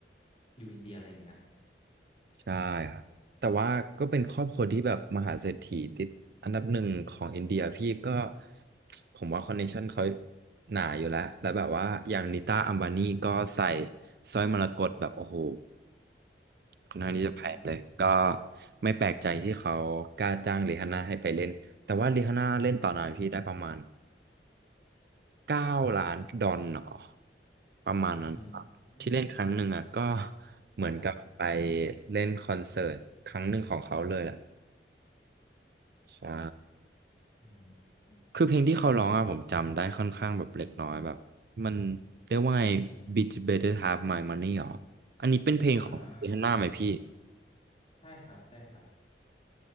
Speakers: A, on the left (about 35°); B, on the right (about 55°).
A: อยู่อินเดียอะไรอย่างเงี้ย
B: ใช่ครับแต่ว่าก็เป็นครอบครัวที่แบบมหาเศรษฐีติดอันดับหนึ่งของอินเดียพี่ก็ผมว่าคอนเนคชั่นเขาหนาอยู่แล้วแล้วแบบว่าอย่างนิต้าอัมบานีก็ใส่สร้อยมรกตแบบโอ้โหค่อนข้างที่จะแพงเลยก็
A: อืม
B: ไม่แปลกใจที่เขากล้าจ้างริฮาน่าให้ไปเล่นแต่ว่าริฮาน่าเล่นต่อหน่อยพี่ได้ประมาณ เก้าล้านดอลลาร์เหรอประมาณนั้นครับที่เล่นครั้งหนึ่งอ่ะก็
A: อืมอืม
B: เหมือนกับไป
A: ครับ
B: เล่นคอนเสิร์ตครั้งหนึ่งของเขาเลยแหละใช่
A: อืมอม
B: คือเพลงที่เขาร้องอ่ะผมจำได้ค่อนข้างแบบเล็กน้อยแบบมันเรียกว่าไง Bitch Better Have My Money หรออันนี้เป็นเพลงของเฮานน่าไหมพี่
A: อ่าใช่ครับใช่ครับ